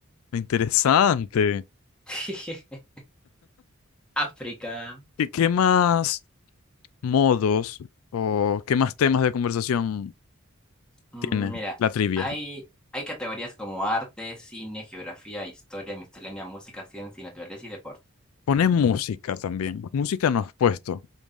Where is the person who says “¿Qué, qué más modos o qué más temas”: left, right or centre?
Left